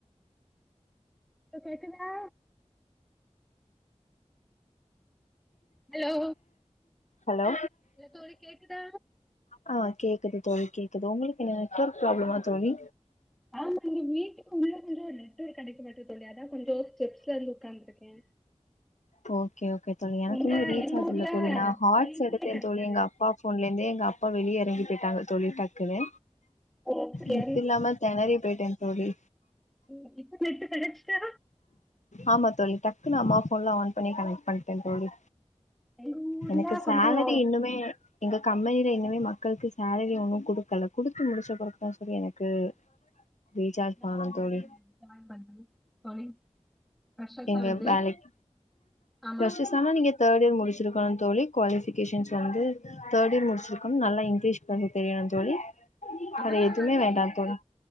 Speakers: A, in the centre; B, on the left.
A: ப்ப கேக்குதா ஹலோ
B: ஹலோ
A: ஹலோ தோழி கேக்குதா
B: ஆ கேக்குது தோழி கேக்குது உங்குளுக்கு நெட்வொர்க் ப்ராப்ளமா தோழி
A: ஆ தோழி வீட்டுக்கு உள்ள <unintelligible> நெட்வொர்க் கெடக்கமாட்டுது தோழி அதா கொஞ்சோ ஸ்டெப்ஸ்ல வந்து உக்காந்திருக்கே
B: போ ஓகே ஓகே தோழி எனக்குமே
A: எங்க
B: ரீசார்ஜ்
A: எங்க ஊர்ல
B: இல்ல தோழி நா ஹாட்ஸ்
A: ஃபைவ்
B: எடுத்தே
A: ஜியே கெடைக்காது
B: தோழி எங்க அப்பா போன்லந்து எங்க அ அப்பா வெளிய எறங்கி போயிட்டாங்க தோழி டக்குனு
A: ஓகே
B: நெட்டு இல்லாம தெணறி போயிட்டே தோழி
A: ம் இப்ப நெட்டு கெடெச்சிச்சா
B: ஆமா தோழி டக்குனு அம்மா ஃபோன்ல ஆன் பண்ணி கனெக் பண்ட்டே தோழி
A: எங்க ஊர்ல
B: எனக்கு சேலரி
A: கொஞ்சோ
B: இன்னுமே எங்க கம்பெனில இன்னுமே மக்கள்க்கு சேலரி ஒண்ணு குடுக்கல குடுத்து முடிச்ச பிறகுதா செரி எனக்கு ரீசார்ஜ்
A: நா
B: பண்ணணு
A: வந்து
B: தோழி
A: ஜாயின் பண்றே தோழி ஃப்ரெஷர்ஸா
B: எங்க
A: வந்து
B: வேலைக்க
A: ஆமா
B: ஃப்ரெஷ்ஷெஸ் ஆன நீங்க தேடியர் முடி த்துருக்கணு தோழி குவாலிஃபிகேஷன்ல வந்து தேடு இயர் முடிச்சிருக்கணு நல்லா இங்கிலீஷ் பேச தெரியணு தோழி
A: அதெல்லா
B: வேற எதுவுமே
A: நாங்க
B: வேண்டா
A: வந்து
B: தோழி